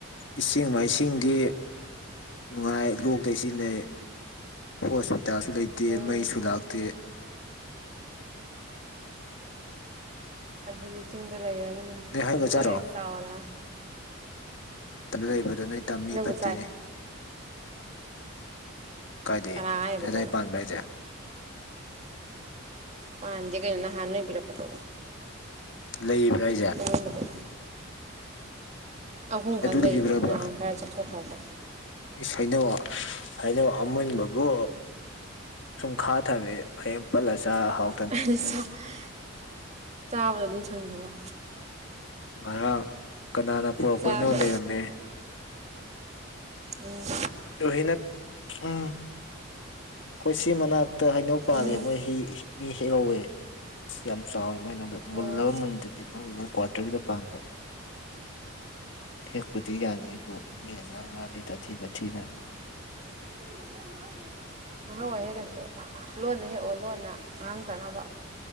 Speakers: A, on the left; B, on the right.
A: ꯏꯁꯤꯡ ꯃꯥꯏꯁꯤꯡꯗꯤ ꯅꯨꯡꯉꯥꯏ ꯂꯣꯛ ꯀꯩꯁꯤꯟꯅꯩ ꯍꯣꯁꯄꯤꯇꯥꯜꯁꯨ ꯂꯩꯇꯦ
B: ꯎꯝ
A: ꯃꯩꯁꯨ ꯂꯥꯛꯇꯦ
B: ꯑꯗꯨꯗꯤ ꯆꯤꯡꯗ ꯂꯩꯔꯅꯨꯅ
A: ꯅꯣꯏ ꯍꯩꯅꯧꯒ
B: ꯇꯝꯗ
A: ꯆꯥꯔꯣ
B: ꯂꯩꯔꯁꯤ ꯂꯥꯛꯑꯣꯅ
A: ꯇꯅꯨꯂꯩꯕꯗꯨ ꯅꯣꯏ ꯇꯝꯃꯤ
B: ꯍꯩꯅꯧꯖꯨ
A: ꯐꯠꯇꯦꯅꯦ
B: ꯆꯥꯏ
A: ꯀꯥꯏꯗꯩ
B: ꯀꯅꯥ ꯍꯥꯏꯕꯗꯅꯣ
A: ꯅꯣꯏꯑꯗ꯭ꯋꯥꯏ ꯄꯥꯟꯕ꯭ꯔ ꯍꯥꯏꯖꯦ
B: ꯄꯥꯟꯗꯦ ꯀꯩꯅꯣ ꯅꯍꯥꯟ ꯅꯣꯏ ꯄꯤꯔꯛꯄꯗꯣ
A: ꯂꯩꯕ꯭ꯔꯥ ꯍꯥꯏꯖꯦ
B: ꯑꯃꯨꯟꯕꯗꯣ ꯑꯍꯨꯝ ꯈꯛ ꯂꯩꯔꯤ
A: ꯂꯩꯔꯤꯕ꯭ꯔꯕ
B: ꯅꯍꯥꯟ ꯈꯔ ꯆꯠꯊꯣꯛꯈ꯭ꯔꯕ
A: ꯏꯁ ꯍꯩꯅꯧ ꯍꯩꯅꯧ ꯑꯃꯨꯟꯕꯕꯨ ꯁꯨꯝ ꯈꯥꯊꯕꯤ ꯍꯌꯦꯡ ꯄꯜꯂ ꯆꯥ ꯍꯥꯎ
B: <unintelligible> ꯆꯥꯕꯗꯣ ꯑꯗꯨꯝ ꯁꯪꯗꯕ
A: ꯉꯔꯥꯡ ꯀꯅꯥꯅ ꯄꯨꯔꯛꯄꯩꯅꯣ
B: ꯆꯥꯕꯗ
A: ꯂꯩꯔꯝꯃꯦ
B: ꯎꯝ
A: ꯂꯣꯍꯤꯅ ꯎꯝ ꯈꯣꯏꯁꯤ ꯃꯅꯥꯛꯇ ꯍꯩꯅꯧ ꯄꯥꯂꯦ
B: ꯎꯝ
A: ꯃꯣꯏ ꯍꯤ ꯍꯤ ꯃꯤ ꯍꯦꯛꯍꯧꯋꯦ ꯑꯁ ꯌꯥꯝ ꯆꯥꯎꯋꯦ ꯃꯣꯏꯅꯧꯗ
B: ꯑꯣ
A: ꯃꯨꯜꯂꯕ ꯃꯨꯟꯗꯕꯗꯤ ꯈꯪꯗꯦꯕꯣꯏ ꯀ꯭ꯋꯥꯇꯔꯒꯤꯗ ꯄꯥꯟꯕ ꯍꯦꯛꯄꯨꯗꯤ ꯌꯥꯅꯤꯕꯨ ꯃꯤꯅꯉꯥꯡ ꯉꯥꯜꯂꯤ ꯇꯥꯊꯤ ꯇꯥ ꯊꯤꯅ
B: <unintelligible> ꯍꯣꯏꯍꯦꯛ ꯀꯩꯁꯨ ꯂꯣꯟꯅ ꯍꯦꯛꯑꯣ ꯂꯣꯟꯅ ꯉꯥꯡ ꯇꯅꯕ